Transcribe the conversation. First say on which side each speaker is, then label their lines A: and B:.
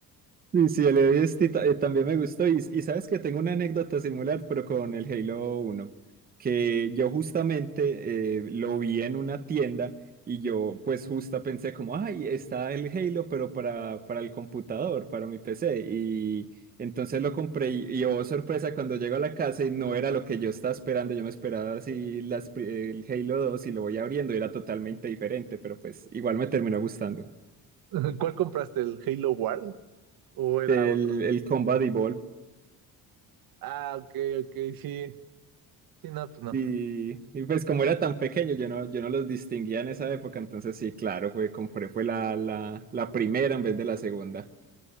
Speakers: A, on the right; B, on the right.
A: Sí, sí, el Heavy Dust ta- eh, también me gustó. Y, y sabes que tengo una anécdota similar, pero con el Halo uno que yo justamente eh, lo vi en una tienda y yo pues justa pensé como, ay, está el Halo, pero para, para el computador, para mi PC. Y entonces lo compré y, y oh, sorpresa, cuando llego a la casa y no era lo que yo estaba esperando, yo me esperaba así las, pri- el Halo 2 y lo voy abriendo y era totalmente diferente, pero pues igual me terminó gustando.
B: <laughs> ¿Cuál compraste? ¿El Halo World o era
A: El,
B: otro?
A: el Combat Evolved.
B: Ah, ok, ok, sí. Sí, no, pues no.
A: Y, y pues como era tan pequeño, yo no, yo no los distinguía en esa época, entonces sí, claro, que compré fue la, la, la primera en vez de la segunda.